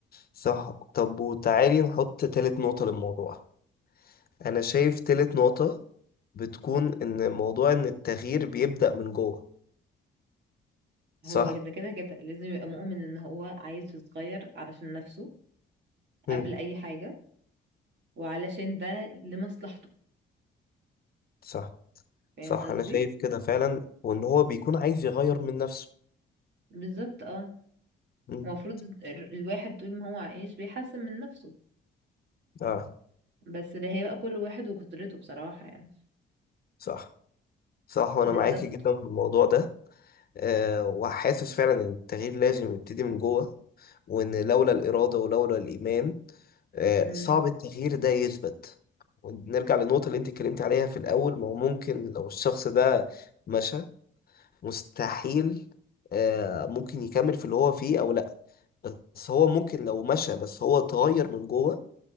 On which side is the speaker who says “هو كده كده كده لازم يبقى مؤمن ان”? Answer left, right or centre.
Right